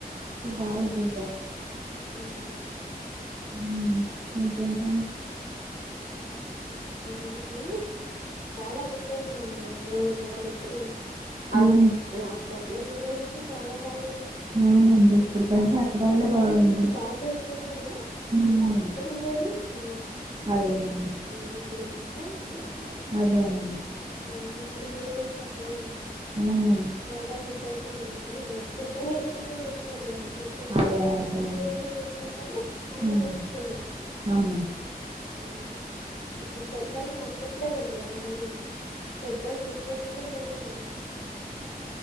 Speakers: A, on the right (about 40°); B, on the left (about 50°).
A: బాగా చే
B: ఉమ్
A: ఉమ్ ఇంకా ఏం పని
B: అదేనండి చాలా హిట్ అయినాయండి ఆ మూవీలు వాళ్ళిద్దరి ఆన్
A: అవును.
B: నేను అప్పట్లో హీరోయిన్స్ నీ చాలా బాగా
A: అవునండి. ఇప్పుడు కంటే అప్పుడాళ్ళే బాగుందండి.
B: ఇ ఇప్పుడు బాగా చేస్తున్నారు లే
A: హ్మ్.
B: అంటూఅంటే
A: అవును.
B: అప్పుడు ఇప్పుడు కూడా
A: అదేనండి.
B: అండి ఇప్పుడిప్పుడే అప్పుడప్పుడే
A: అదేనండి.
B: అండి ఇప్పుడు హీరోయిన్స్ అబ్బో
A: అవునండి.
B: చాలా హిట్ అవుతున్నాయి అండి ఒక్కడితోనే ఎక్కువ చేసేస్తున్నారు కదా టైకో
A: అదే అదే
B: ఆ హీరోయిన్లు
A: అండి.
B: పెట్టుకుంటారు అన్ని
A: అవునండి.
B: మూవీస్ చేసేస్తున్నారు
A: అవునండి.
B: అ ఇప్పుడు పెద్దలకు నచ్చట్లేదండి ఆ మూవీలు పెద్దలు చూసి నట్టుకూడా లేదు అండి